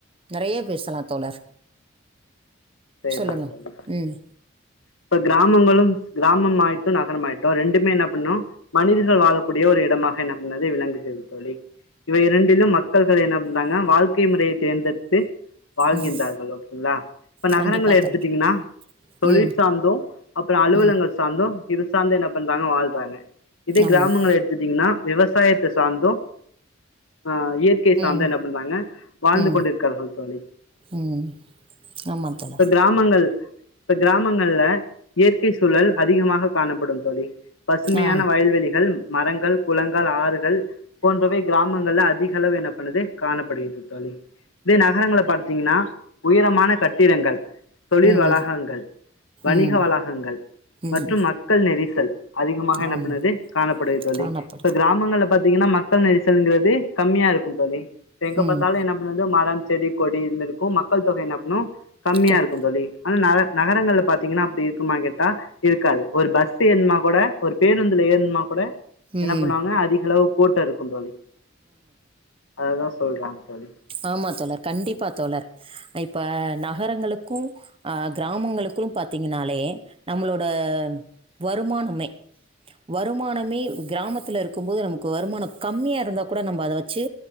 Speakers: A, on the right; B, on the left.
A: நிறய பேசலாம் தோழர்
B: சரிங்க
A: சொல்லுங்கள்
B: சரிங்க
A: ம்
B: இப்ப கிராமங்களும் கிராமமாயிட்டும், நகரமாயிட்டும் ரெண்டுமே என்ன பண்ணும் மனிதர்கள் வாழக்கூடிய ஒரு இடமாக என்ன பண்ணது விளங்குகிறது தோழி இவை இரண்டிலும் மக்கள் என்ன <unintelligible> வாழ்க்கை முறையை தேர்ந்தெடுத்து வாழ்கின்றார்கள்
A: ம்
B: ஓகேங்களா இப்ப நகரங்களை
A: கண்டிப்பாக
B: எடுத்துட்டீங்கன்னா
A: தோழர்
B: தொழில்
A: ம்
B: சார்ந்தோ அப்புறம் அலுவலங்கள்
A: ம்
B: சார்ந்தோ இப்போ இது சார்ந்து என்ன பண்றாங்க வாழ்றாங்க இதே
A: ஆமாம்
B: கிராமங்கள எடுத்துட்டீங்கன்னா விவசாயத்தை சார்ந்தே ஆ இயற்கை சார்ந்தா
A: ம்
B: என்ன பண்றாங்க வாழ்ந்து
A: ம்
B: கொண்டு இருக்கார்கள் தோழி
A: ம் ஆமாம் தோழர்
B: இப்ப கிராமங்கள் கிராமங்கள்ல இயற்கை சூழல் அதிகமாக காணப்படும் தோழி பசுமையான
A: ஆ
B: வயல்வெளிகள் மரங்கள் குளங்கள் ஆறுகள் போன்றவை கிராமங்கள்ல அதிக செலவு என்ன பண்ணது காணப்படுகிறது தோழி இதே நகரங்களை பார்த் நின்னா உயரமான கட் திரங்கள் தொழில்
A: ம்
B: வளாகங்கள் வணிக
A: ம்
B: வளாகங்கள் மற்றும்
A: ம்
B: மக்கள் நெரிசல் அதிகமாக என்ன
A: ஆமாம்
B: பண்ணது காணப்படுகிறது தோழி
A: காணப்படுது
B: இப்ப கிராமங்கள்ல பார்த் ஏன்னா மக்கள் நெரிசல்ங்கிறது கம்மியா இருக்கும் தோழி எங்க
A: ம்
B: பாத்தாலும் என்ன பண்ணது மலன் செடி கொடி இருந்துருக்கும் மக்கள் தொகை என்னப்பன்னும் கம்மியா
A: க-
B: இருக்கும் தோழி ஆனா நக நகரங்கள்ல பாத்தீங்கன்னா அப்படி இருக்குமா கேட்டா இருக்காது ஒரு பஸ் ஏறுனா கூட ஒரு பேருந்துல ஏறுன்மா கூட
A: ம்
B: என்ன பண்ணுவாங்க அதிக அளவு கூட்ட இருக்கும் தோழி அதான் சொல்றாங்க தோழி
A: ஆமா தோழர் கண்டிப்பா தோழர் இப்ப நா நகரங்களுக்கும் கிராமங்களுக்கும் பாத்திங்கனாலே நம்மளோட வருமானமே வருமானமே கிராமத்தில இருக்கும் போது நமக்கு வருமானம் கம்மியா இருந்தா கூட நம்ம அத வச்சு